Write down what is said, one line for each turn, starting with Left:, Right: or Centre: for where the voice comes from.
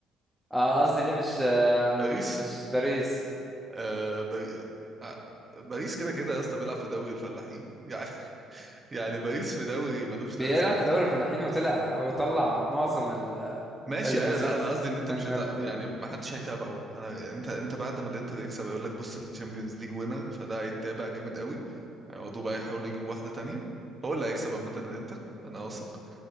Centre: اه قصدي ليه مش آه
Right: باريس
Centre: مش باريس
Right: آه... باري... آه، باريس كده كده يا اسطى بيلعب في دوري الفلاحين يعني يعني باريس في دوري ملوش
Centre: بيلعب
Right: لازمه
Centre: في دوري الفلاحين وطلع وطلع معظم ال-
Right: ماشي
Centre: اللي من
Right: ايوه
Centre: الشمس
Right: لا انا قصدي ان انت
Centre: من
Right: مش هت...
Centre: ال-
Right: يعني ما حدش هيتابعه انا انت انت بعد ما الانتر يكسب هيقول لك بص الشامبيونز ليج وينر فده هيتابع جامد قوي هيقعدوا بقى يحاولوا يجيبوا واحده تانية هو اللي هيكسب عامه الانتر انا واثق